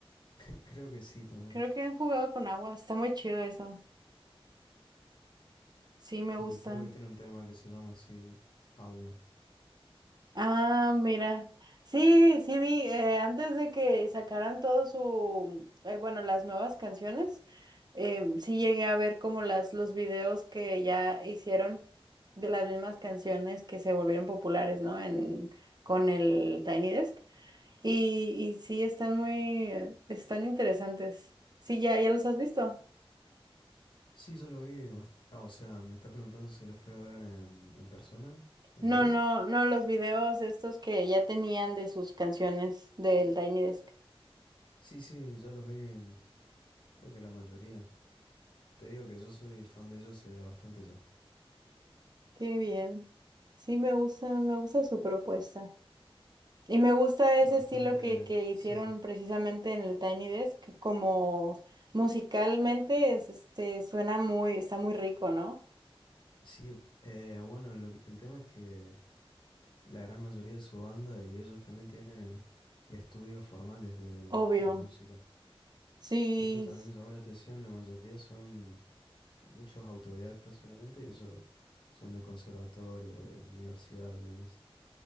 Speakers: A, on the left; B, on the right.
A: <laughs> Creo que sí también.
B: creo que han jugado con agua, está muy chido eso. Sí, me
A: Y
B: gusta.
A: creo que tiene un tema que se llama así, Agua.
B: Ah, mira. Sí, sí vi, eh, antes de que sacaran todo su, eh, bueno, las nuevas canciones, em, sí llegué a ver como las, los videos que ya hicieron de las mismas canciones que se volvieron populares, ¿no? En, con el Tiny Desk. Y, y sí, están muy, eh, están interesantes. Sí, ya, ya los has visto.
A: Sí, yo lo vi. bast- O sea, me está preguntando si lo fui a ver en, en persona, en
B: No,
A: vivo.
B: no, no, los videos estos que ya tenían de sus canciones del Tiny Desk.
A: Sí, sí, ya los vi, creo que la mayoría. Te digo que yo soy fan de ellos eh, bastante ya.
B: Qué bien. Sí, me gusta, me gusta su propuesta. Y me gusta ese
A: Bastante,
B: estilo que, que hicieron
A: sí.
B: precisamente en el Tiny Desk, como musicalmente es, este, suena muy, está muy rico, ¿no?
A: Sí, eh, bueno, lo que- el tema es que la gran mayoría de su banda y ellos también tienen eh, estudios formales de,
B: Obvio.
A: de música.
B: Sí,
A: Que eso también me llamó la atención, la mayoría son muchos autodidactas solamente y ellos son de conservatorio, de universidad y demás.